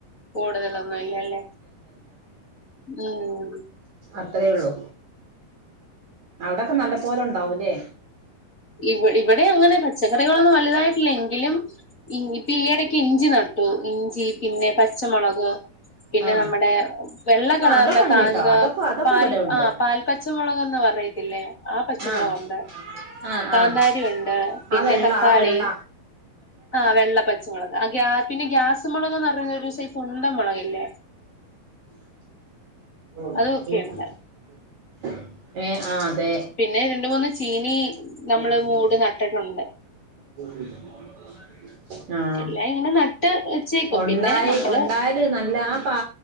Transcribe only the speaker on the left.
കൂടുതലൊന്നും ഇല്ല ല്ലേ ഉം
ഇ ഇവിടെ അങ്ങനെ പച്ചക്കറികളൊന്നും വലുതായിട്ടില്ലെങ്കിലും ഇപ്പൊ ഈയിടക്ക് ഇഞ്ചി നടു ഉം ഇഞ്ചി പിന്നെ പച്ചമുളക് പിന്നെ
നമ്മടെ വെള്ള കളറ്ള്ള
കന്തോ..
പാൽ
ആ പാൽക്ക പച്ചമുളകൊന്ന് പറയത്തില്ലേ ആ പച്ചമുളകുണ്ട്.
കാന്താരിയുണ്ട്
പിന്നെ
തക്കാളി
ആ വെള്ളപ്പച്ചമുളക് അ ഗ്യാ പിന്നെ ഗ്യാസ് മുളക്ന്ന്റഞാ പിന്നെ ഒരു സൈസുണ്ടമളക് ല്ലേ
അതൊക്കെ ഉണ്ട്
പിന്നെ രണ്ട്മൂന്ന് ചീനി
നമ്മള് മൂട് നട്ടിട്ടുണ്ട്
എല്ലാം ഇങ്ങനെ നട്ട് വെച്ചേക്കും
പിന്നെ നമ്മള്